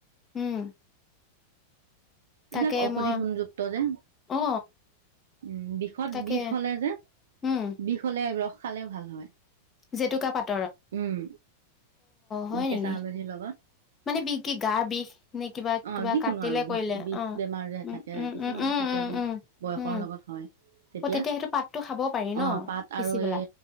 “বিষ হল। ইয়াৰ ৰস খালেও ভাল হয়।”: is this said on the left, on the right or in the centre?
Right